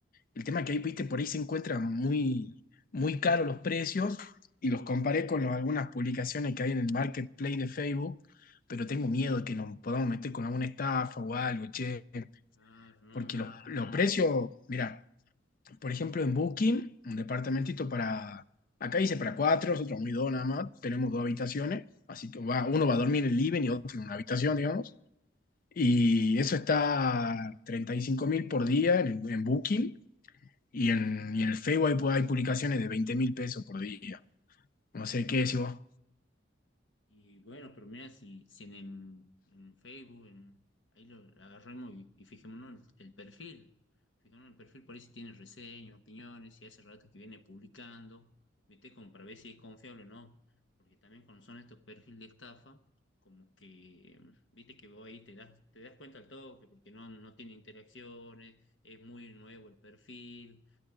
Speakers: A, on the left; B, on the left.
A: El tema que ahí, viste, por ahí se encuentran muy, muy caros los precios y los comparé con los- algunas publicaciones que hay en el marketplace de Facebook, pero tengo miedo de que nos podamos meter con alguna estafa o algo, che,
B: Ah, no,
A: porque
B: sí.
A: los, los precios, mira, por ejemplo, en Booking, un departamentito para, acá dice para cuatro, nosotros muy dos nada más, tenemos dos habitaciones, así que va, uno va a dormir en el living y otro en una habitación, digamos, y eso está treinta y cinco mil por día en, en Booking y en, y en el Facebook hay, pu- hay publicaciones de veinte mil pesos por día. No sé qué decís vos.
B: Y bueno, pero mira, si, si en, en- en Facebook, en, ahí lo agarramos y, y fijémonos el, el perfil. Fijémonos el perfil, por ahí si tiene reseñas, opiniones, si hace rato que viene publicando, ¿viste? Como para ver si es confiable o no. Porque también cuando son estos perfiles de estafa, como que, viste que vos ahí te das, te das cuenta al toque, porque no, no tiene interacciones, es muy nuevo el perfil,